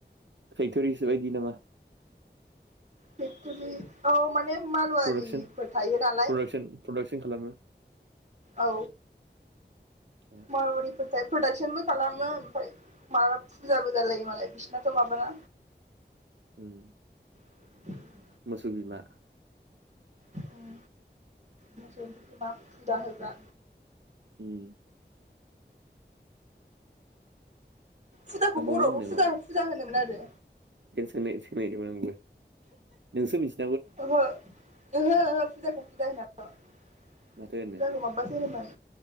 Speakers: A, on the right; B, on the right.
A: फैथरिसोलै गिनाङा।
B: फेकटरि औ माने मारवारिफोर
A: प्रडाक्सन
B: थायो नालाय
A: प्रडाक्सन प्रडाक्सन खालामो
B: औ
A: ए
B: मारवारिफोर था प्रडाक्सनबो खालामो ओमफ्राय माबा फुजाबो जालायो मालाय बिसना थ' माबाना
A: उम।
B: <inaudible>
A: मोसौ बिमा
B: उम मोसौनि बिमा फुजा होग्रा
A: उम।
B: फुजाखौ बर'आवबो
A: मा होनोमोन
B: फुजा फुजा होनोमोन आरो।
A: नानै सोंनायदोंमोन आंबो नोंसो मिथि
B: ओहो ओहो ओहो फुजाखौ फुजा होनथ' फुजाखौ
A: माथो होनो
B: माबासो होनोमोन।